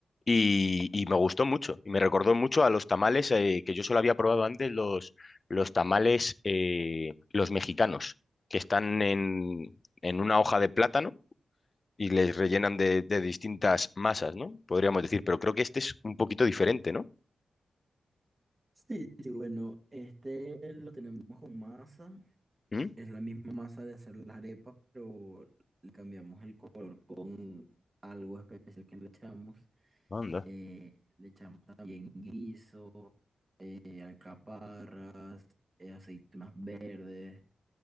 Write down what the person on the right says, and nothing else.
Sí, sí, sí, bueno, este lo tenemos con masa.
Es la misma masa de hacer las arepas, pero le cambiamos el color con algo especial que le echamos.
Eh, le echamos también guiso, eh, alcaparras, eh, aceitunas verdes,